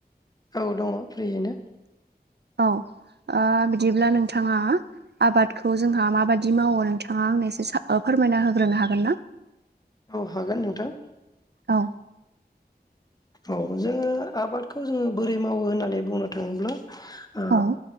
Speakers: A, on the left (about 25°); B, on the right (about 80°).
A: औ दङ फ्रियैनो।
B: औ आ बिदिब्ला नोंथाङा आबादखौ जोंहा माबायदि मावो नोंथाङा आंनो एसे साफा फोरमायना होग्रोनो हागोन ना?
A: औ हागोन नोंथां।
B: औ।
A: औ जोङो आबादखौ जोङो बोरै मावो होननानै बुंनो थाङोब्ला ओ
B: औ